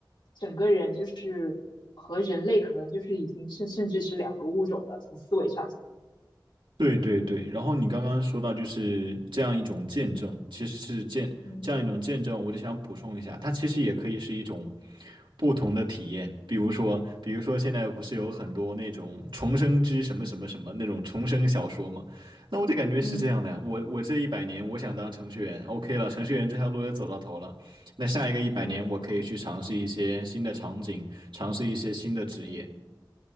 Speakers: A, on the left; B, on the right.
A: 整个人就是和人类可能就是已经甚甚至是两个物种了，从思维上讲
B: 对对对，然后你刚刚说到就是这样一种见证，其实是见这样一种见证，
A: 嗯
B: 我就想补充一下，它其实也可以是一种不同的体验，比如说，比如说现在不是有很多那种重生之什么什么什么那种重生小说嘛，那我就感觉是这样的呀，
A: 嗯
B: 我我这一百年我想当程序员，OK 了，程序员这条路也走到头了，那下一个一百年我可以去尝试一些新的场景，
A: 嗯。
B: 尝试一些新的职业。
A: 嗯。